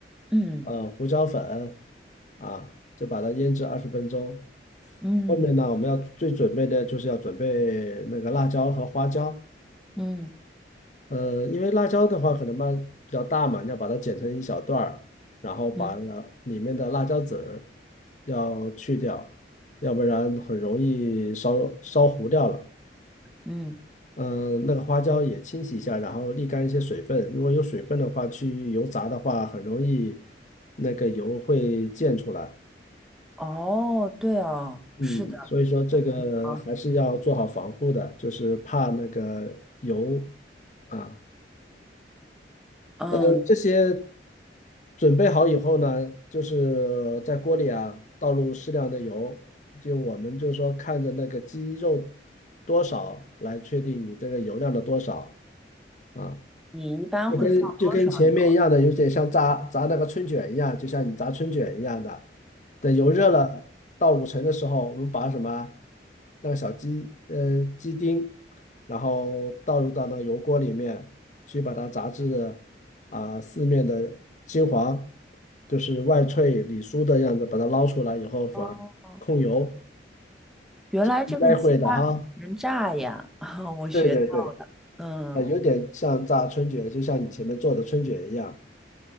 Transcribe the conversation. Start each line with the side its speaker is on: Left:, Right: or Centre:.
Centre: 嗯
Left: 呃胡椒粉啊，就把它腌制二十分钟。
Centre: 嗯
Left: 后面呢，我们要最准备的就是要准备那个辣椒和花椒。
Centre: 嗯
Left: 呃，因为辣椒的话可能嘛比较大嘛，你要把它剪成一小段儿，然后把那里面的辣椒籽儿
Centre: 嗯
Left: 要去掉，要不然很容易烧烧糊掉了。
Centre: 嗯，
Left: 嗯，那个花椒也清洗一下，然后沥干一些水分。如果有水分的话，去油炸的话，很容易那个油会溅出来。
Centre: 哦，对哦，
Left: 嗯，
Centre: 是的
Left: 所以说这个还是要做好防护的，
Centre: 啊，
Left: 就是怕那个油啊。
Centre: 嗯，
Left: 那么这些准备好以后呢，就是在锅里啊倒入适量的油，就我们就是说看着那个鸡肉多少来确定你这个油量的多少啊。
Centre: 你一般会放多少油
Left: 就跟就跟前面一样的，有点像炸炸那个春卷一样，就像你炸春卷一样的。等油热了到五成的时候，我们把什么那个小鸡呃鸡丁，然后倒入到那个油锅里面去，把它炸至啊、四面的金黄，就是外脆里酥的样子，把它捞出来以后放控油，
Centre: 啊？哦，原来这个鸡它能炸呀，
Left: 应该会的哈。
Centre: <laughs> 我学到，
Left: 对对对，
Centre: 嗯，
Left: 呃，有点像炸春卷，就像你前面做的春卷一样。